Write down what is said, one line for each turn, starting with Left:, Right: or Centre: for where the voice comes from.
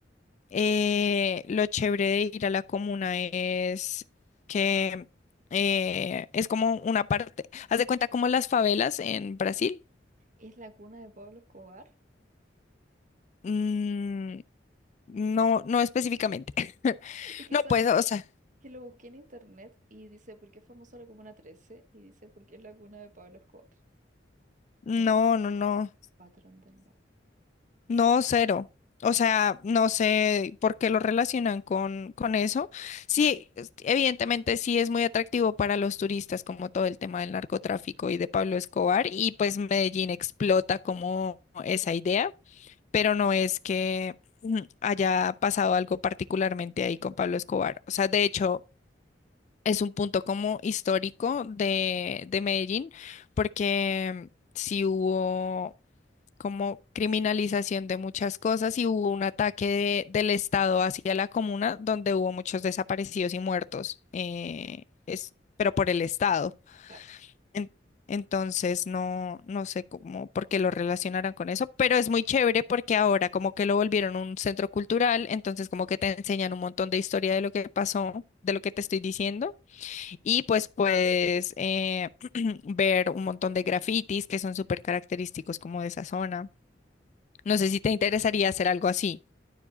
Left: Eh, lo chévere de ir a la comuna es que eh, es como una parte, haz de cuenta como las favelas en Brasil.
Right: es la cuna de Pablo Escobar. <laughs>
Left: Mm, no, no específicamente. <laughs>
Right: Es que,
Left: No,
Right: ¿sabes?
Left: pues,
Right: Bueno,
Left: o sea,
Right: Que lo busqué en internet y dice, ¿por qué es famosa la Comuna 13? Y dice, porque es la cuna de Pablo Escobar,
Left: no,
Right: el
Left: no, no,
Right: patrón del mal.
Left: no, cero. O sea, no sé por qué lo relacionan con, con eso. Sí, es- evidentemente sí es muy atractivo para los turistas, como todo el tema del narcotráfico y de Pablo Escobar, y pues Medellín explota como esa idea. pero no es que mm, haya pasado algo particularmente ahí con Pablo Escobar. O sea, de hecho, es un punto como histórico de, de Medellín, porque sí hubo como criminalización de muchas cosas y hubo un ataque de- del Estado hacia la comuna donde hubo muchos desaparecidos y muertos, eh,
Right: Oh,
Left: es, pero por el Estado.
Right: claro.
Left: En- Entonces no, no sé cómo, por qué lo relacionarán con eso, pero es muy chévere porque ahora como que lo volvieron un centro cultural, entonces como que te enseñan un montón de historia de lo que pasó, de lo que te estoy diciendo, y pues puedes eh, <clears throat> ver un montón de grafitis que son súper característicos como de esa zona. No sé si te interesaría hacer algo así.